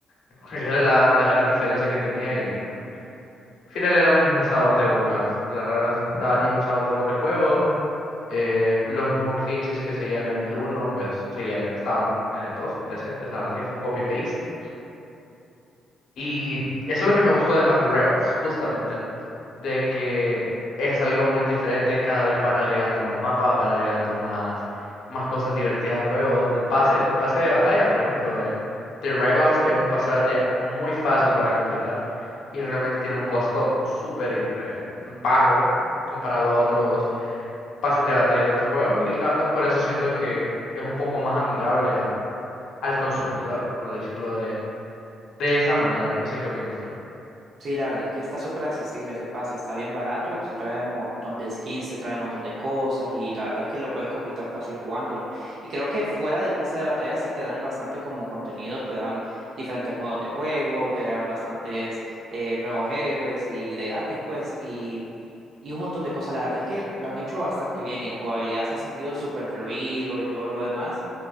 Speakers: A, on the left (about 70°); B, on the right (about 60°).
A: <laughs> Era la, la gran diferencia que tenía y al final era un mismo sabor de boca. La verdad, daba el mismo sabor de boca el juego. Eh, los mismos glitches que seguían en el uno, pues seguían, estaban en el 2 presentes. La verdad es que fue un copy-paste. Y eso es lo que me gustó de Marvel Rivals, justamente. De que es algo muy diferente. Cada vez van agregando más mapas, van agregando más, más cosas divertidas al juego. El pase, el pase de batalla, por ejemplo, de, de Rivals es un pase de batalla muy fácil para completar. Y realmente tiene un costo súper ir- eh, bajo comparado a otros pases de batalla de otros juegos y la verdad por eso siento que es un poco más amigable a- al consumidor, por decirlo de, de esa manera. No sé qué opinas tú.
B: Sí, la verdad es que está súper accesible ese pase, está bien barato y te trae un montón de skins, te trae un montón de cosas y la verdad es que lo puedes completar fácil jugándolo. Y creo que fuera del pase de batalla sí te dan bastante como contenido, te dan diferentes modos de juego, te agregan bastantes eh, nuevos héroes y de gratis pues y, y un montón de cosas. La verdad es que lo han hecho bastante bien y la jugabilidad se ha sentido súper fluido y todo lo demás.